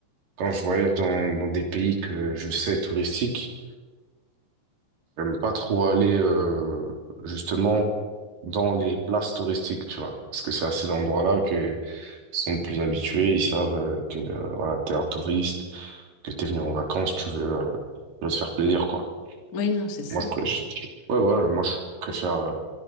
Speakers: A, on the right; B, on the left.
A: quand je voyage dans dans des pays que je sais touristiques J'aime pas trop aller euh, justement dans les places touristiques, tu vois. Parce que c'est à ces endroits-là que sont le plus habitués, ils savent euh, que euh, voilà, t'es un touriste, que t'es venu en vacances, tu veux, euh, tu veux te faire plaisir, quoi.
B: Oui, non, c'est ça.
A: Moi, je, pré- je- je- ouais, ouais, moi, je préfère euh,